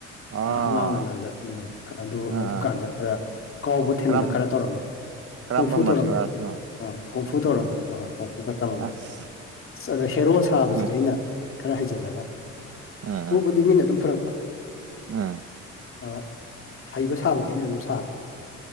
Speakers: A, on the right; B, on the left.
A: ꯑꯥ
B: ꯑ ꯑꯉꯥꯡ ꯑꯣꯏꯔꯤꯉꯩꯗ ꯎꯝ ꯑꯗꯨ
A: ꯑꯥ
B: ꯑꯗꯨꯀꯥꯟꯗ
A: ꯑꯥ
B: ꯈꯔ ꯀꯥꯎꯕ ꯊꯤꯟꯕ
A: ꯀꯔꯝ
B: ꯈꯔ ꯇꯧꯔꯝꯃꯦ
A: ꯀꯔꯝꯕ
B: ꯀꯣꯡꯐꯨ
A: ꯃꯥꯔꯁꯦꯜ
B: ꯇꯧꯔꯝꯃꯦ
A: ꯑꯥꯔꯠꯁꯅꯣ
B: ꯑꯥ ꯑꯥ ꯀꯣꯡꯐꯨ ꯇꯧꯔꯝꯃꯦ ꯑꯥ ꯀꯣꯡꯐꯨ ꯈ ꯇꯝꯃꯝꯃꯦ
A: ꯑꯁ
B: ꯑꯗ ꯍꯦꯔꯣ ꯁꯥꯕꯁꯤꯗꯤ
A: ꯎꯝ
B: ꯑꯩꯅ ꯈꯔ ꯍꯩꯖꯤꯜꯂꯒ
A: ꯑꯥ
B: ꯐꯨꯕꯗꯤ
A: ꯑꯥ
B: ꯃꯤꯅ ꯑꯗꯨꯝ ꯐꯨꯔꯛꯄ
A: ꯑꯥ
B: ꯑꯥ ꯍꯩꯕ ꯁꯥꯕꯗꯤ ꯑꯩꯅ ꯑꯗꯨꯝ ꯁꯥꯕ